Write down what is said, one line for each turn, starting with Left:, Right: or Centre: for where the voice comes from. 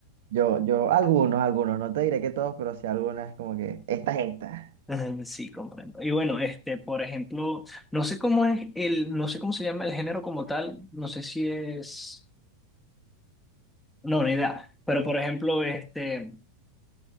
Right: yo, yo, algunos, algunos, no te diré que todos, pero sí algunas como que esta es esta.
Centre: Mm, Sí, comprendo. Y bueno, este, por ejemplo, no sé cómo es el, no sé cómo se llama el género como tal, no sé si es, no, ni idea, pero por ejemplo, este,